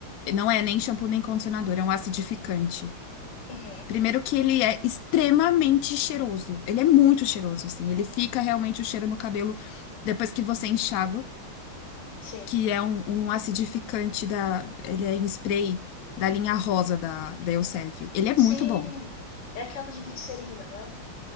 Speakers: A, on the left; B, on the left.
A: Não é nem shampoo nem condicionador, é um acidificante.
B: Uhum,
A: Primeiro que ele é extremamente cheiroso. Ele é muito cheiroso, assim. Ele fica realmente o cheiro no cabelo depois que você enxágua,
B: sim.
A: que é um, um acidificante da... Ele é em spray da linha rosa da, da Elseve. Ele é
B: Sim,
A: muito bom.
B: é aquela de glicerina, não é?